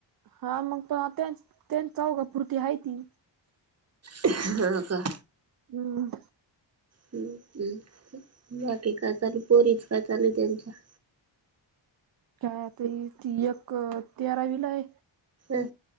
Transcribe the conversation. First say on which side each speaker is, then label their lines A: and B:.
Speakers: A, on the right; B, on the right.
A: हा मग पण त्यांच त्यांच जाऊ का पुुरती हा ती
B: ह का
A: हम्म
B: हम्म् बाकी का चालू पोरीच का चालू त्यांच्या
A: काय आता तयक तेरावीलाय
B: ह